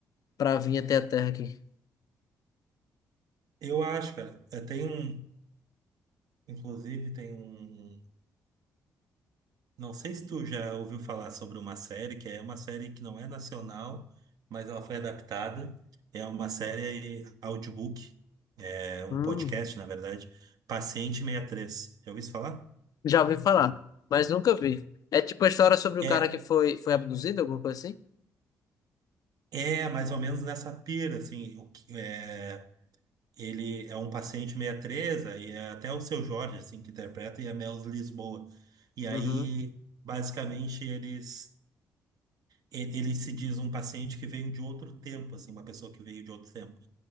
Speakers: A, on the left; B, on the right.
A: para vir até a Terra aqui.
B: Eu acho, cara. Eh, Tem um, inclusive, tem um. Não sei se tu já ouviu falar sobre uma série, que é uma série que não é nacional, mas ela foi adaptada. É uma série audiobook, é um
A: Hum,
B: podcast, na verdade. Paciente sessenta e Três. Já ouviu isso falar?
A: já ouvi falar, mas nunca vi. É tipo a história sobre
B: É,
A: o cara que foi, foi abduzido, alguma coisa assim?
B: é mais ou menos nessa pira, assim, o que, é, ele é um paciente meia treza, e é até o seu Jorge, assim, que interpreta, e a Mel Lisboa. E aí,
A: Uhum.
B: basicamente, eles. e- Ele se diz um paciente que veio de outro tempo, assim, uma pessoa que veio de outro tempo.